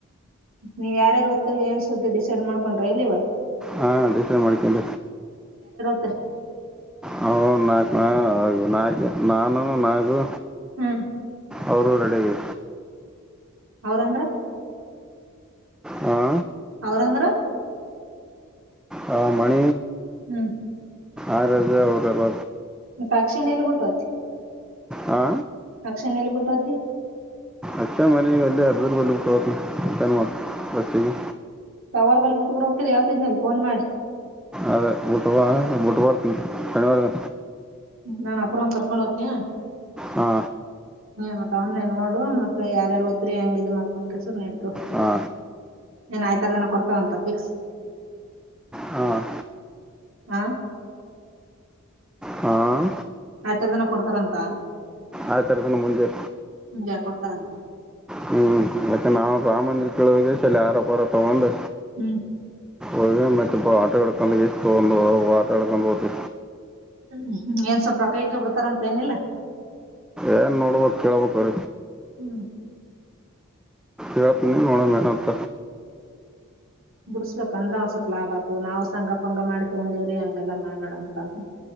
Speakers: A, on the right; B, in the centre.
A: ನೀವ್ ಯಾರಾರು ಹತ್ತರಿ ಏನ್ ಸುದ್ದ ಡಿಸೈಡ್ ಮಾಡ್ಕೊಂಡ್ರಿ ಇಲ್ಲಿ ಇವಾಗ
B: ಹಾ ಡಿಸೈಡ್ ಮಾಡ್ಕೊಂಡ
A: ಹ
B: ಹ ನಾ ಹೌದು ನ ನಾನು ನಾಗು
A: ಹ್ಮ್
B: ಅವರು ನಡಗೆ
A: ಅವ್ರಂದ್ರ
B: ಹಾ
A: ಅವ್ರಂದ್ರ
B: ಹಾ ಮಣ
A: ಹ್ಮ್
B: ಆರ ಅವರು ಎಲ್ಲ
A: ಪಕ್ಷಣ ಎಲ್ಲಿ ಬಿಟ್ಟುತ್
B: ಹಾ
A: ಅಕ್ಷನ ಎಲ್ಲಿ ಬಿಟ್ಟೋಹೋದಿ
B: ಅಚ್ಚ ಮನೆ ವಯ ಎರ್ ಬೋ ಮ ಬಚ್ಚೆಗೆ
A: ಸವರ್ ಬಲ್ಲಿ ಬಿಟ್ಟರು ಹೋಗತಿದ್ದ ಹೇಳ್ತಿದನಲ್ಲ ಫೋನ್ ಮಾಡಿ
B: ಅದೇ ಬಟ್ಟು ಬಟ್ಟುಪರ್ತ ಶನಿವಾರದ
A: ನಾನ ಅಪೂರ್ವ ಕರ್ಕೊಂಡ್ ಹೋದ್ನಿ
B: ಹಾ
A: ಮತ ಅವ್ನ್ ನೋಡು ಮತ್ತತ್ ಯಾರು ದ್ರಿ ಹೆಂಗ ಇ ಮಾಡ್ಕೋ ಕೆಸುರು ನಡಡ್ತು
B: ಹಾ
A: ಏನ್ ಆಯ್ತಾರ ಜನ ಕೊಡ್ತದಂತ ಫಿಕ್ಸ್
B: ಹಾಂ
A: ಹಾ
B: ಹಾಂ
A: ಆ ತರದನ ಕೊಡ್ತಾರಂತ
B: ಆ ತರತನ್ನು ಮುಂಜೆ
A: ಹಜ ಕೊತ ಅಂತ
B: ಹ್ಮ್ ಮತ್ತೆ ನಾವು ರಾಮ ಮಂದಿರ್ ಕೇಳೋದಾಗ ಆರೋಪರ ತಗೊಂಡು
A: ಹ್ಮ್
B: ಒ ಮತ್ತೆ ಪಾಟ ಕಕಾ ಇಷ್ಟ ಪಾಟ ಕಡಕನ್ತ
A: ಹ್ಮ್ಮ ಏನ್ ಸ್ವಲ್ಪ ಕೈಕ ಬಿಡ್ತಾರ ಅಂತ ಏನಿಲ್ಲ
B: ಏನ್ ನೋಡ್ಬೇಕ ಕೇಳಳ್ಬೇಕ್ರ
A: ಹ್ಮ್
B: ಯರತ ನೀ ಹಣ ಮೆಹನತ
A: ಬಿಡ್ಸ್ಬೇಕಂದ್ರೆ ಒಂದ್ ಸ್ವಲ್ಪ ಲಾಭ ಆತು ನಾವು ಸಂಗಪ್ ಹಂಗ ಮಾಡಿ ತೊಗೊಂಡಿವವ್ರಿ ಹಂಗೆಲ್ಲ ಮಾಡಾಡ ಅಂತಾನ